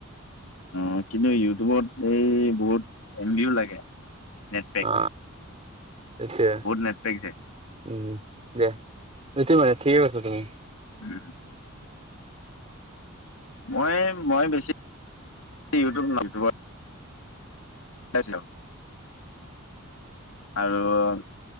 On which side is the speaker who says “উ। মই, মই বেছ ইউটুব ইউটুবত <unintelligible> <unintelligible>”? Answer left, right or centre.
Left